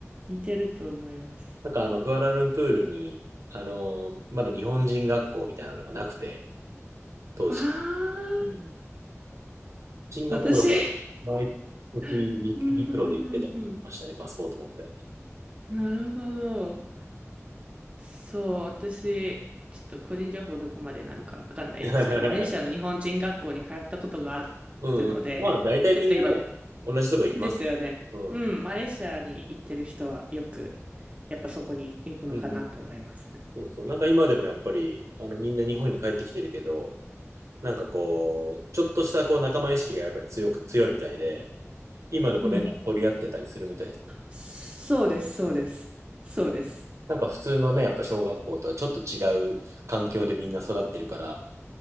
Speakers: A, on the right; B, on the right.
A: 似てると思います。
B: なんかあの、クアラルンプールに、あの、まだ日本人学校みたいなのがなくて、当時。
A: ああ、
B: うんシンガポールから毎年陸陸路で行ってたって言ってましたね、
A: 私 <laughs> うんうんうん
B: パスポート持って。
A: うん。なるほど。そう、私、ちょっと個人情報どこまでなのかわかんないですけど、
B: <laughs>
A: マレーシアの日本人学校に通ったことがあ
B: うんうん。
A: るので、
B: まあ、大体みんなね、
A: ちょっと今、
B: 同じとこ行きますから。
A: ですよね。
B: うん。
A: うん、マレーシアに行ってる人はよく、やっぱそこに行くのかなと思いますね。
B: うんうんうん。そうそう。なんか今でもやっぱり、あの、みんな日本に帰ってきてるけど、なんかこう、ちょっとしたこう仲間意識がやっぱり強く、強いみたいで、今でも連絡取り合ってたりするみたいですね。
A: うんそうです、そうです。そうです。
B: なんか普通のね、やっぱ小学校とはちょっと違う環境でみんな育ってるから、